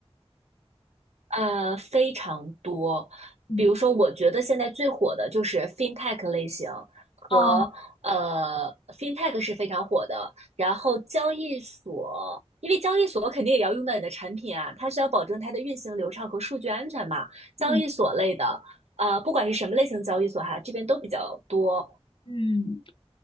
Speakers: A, on the right; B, on the left.
A: 呃，非常多。
B: 嗯，
A: 比如说，我觉得现在最火的就是 fintech 类型和呃，fintech
B: 哦，
A: 是非常火的。然后交易所，因为交易所肯定也要用到你的产品啊，它需要保证它的运行流畅和数据安全嘛。交易所类的，
B: 嗯
A: 呃，不管是什么类型交易所哈，这边都比较多。
B: 嗯。